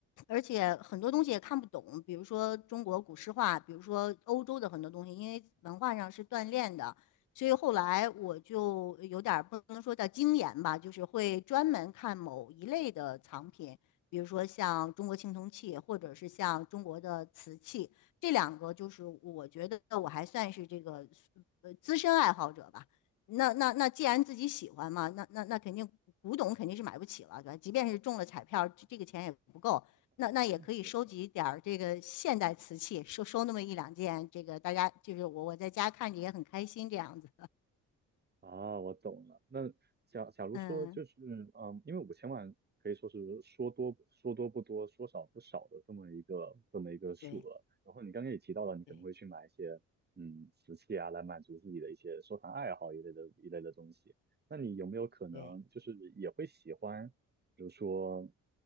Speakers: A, on the left; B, on the right.
A: 而且很多东西也看不懂，比如说中国古诗画，比如说欧洲的很多东西，因为文化上是锻炼的，所以后来我就有点儿不能说叫精研吧，就是会专门看某一类的藏品，比如说像中国青铜器，或者是像中国的瓷器。这两个就是我觉得我还算是这个呃资深爱好者吧。那那那既然自己喜欢嘛，那那那肯定古董肯定是买不起了，对吧？即便是中了彩票，这这个钱也不够。那那也可以收集点儿这个现代瓷器，
B: 确实，
A: 收收那么一两件，这个大家就是我我在家看着也很开心这样子。
B: 啊，我懂了。那假假如说就是，
A: 嗯，
B: 嗯，因为五千万可以说是说多说多不多，说少不少的这么一个这么一个数额。
A: 对
B: 然后你刚刚也提到了，你可能会去买一些嗯瓷器啊，
A: 对
B: 来满足自己的一些收藏爱好一类的一类的东西。那你有没有可能就是也会喜欢？
A: 对。
B: 比如说，